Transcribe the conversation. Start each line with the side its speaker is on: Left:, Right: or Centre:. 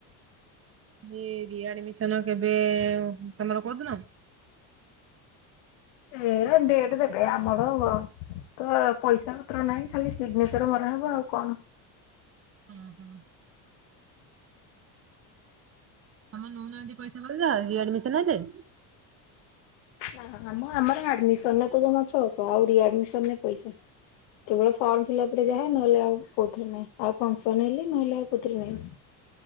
Right: ଏ ରିଆଡମିଶନ୍ କେବେ ତମର କୋଉଦିନ?
Left: ଏରା ଡେଟ ଦେବେ ଆମର ତ ପଇସା ପତ୍ର ନାହିଁ ଖାଲି ସିଗ୍ନେଚର ମରାହବ ଆଉ କଣ।
Right: ହୁଁ ହୁଁ। ତମର ନଉନାହାନ୍ତି ପଇସା ଫଇସା ରିଆଡମିଶନ୍ ହେଲେ?
Left: ନା ମ ଆମର ଆଡମିସନରେ ତ ଜମା ଛଅଶହ ଆଉ ରିଆଡମିଶନ ରେ ପଇସା କେବଳ ଫର୍ମ ଫିଲପ ରେ ଯାହା ନହେଲେ ଆଉ କଉଥିରେ ନାଇଁ ଆଉ ଫଙ୍କସନ ହେଲେ ନହେଲେ ଆଉ କଉଥିରେ ନାଇଁ।